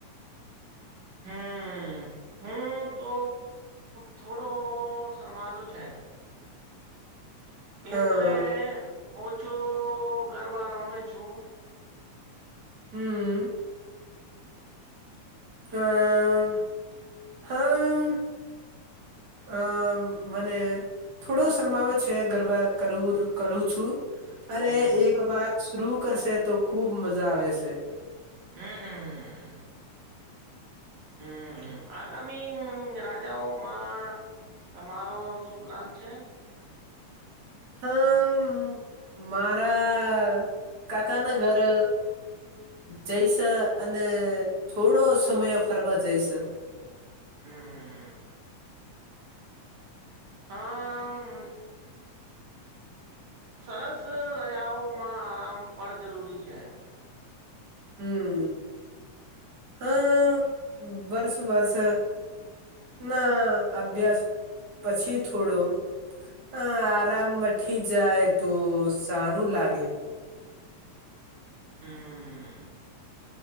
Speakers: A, on the right; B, on the right.
A: હમ હું તો થોડો શરમાલું છે.
B: હા
A: એટલે ઓછો ગરબા રમે છું.
B: હમ. અમ હા આમ મને થોડો શરમામાં છે ગરબા કરું કરું છું અરે
A: હમ
B: એક વાર શરું કરશે તો ખુબ મજા આવે છે.
A: હમ હમ હ. હમ આમી રાજાઓ મા તમારો શું પ્લાન છે?
B: હા મારા કાકા ના ઘરે જઈસ અને થોડો સમય ફરવા જઈસ.
A: હમ હા. સરસ રજાઓમાં આરામ પણ જરૂરી છે.
B: હમ હમ વર્ષ વર્ષ ના અભ્યાસ પછી થોડો હ આરામ મથી જાય તો સારું લાગે.
A: હમ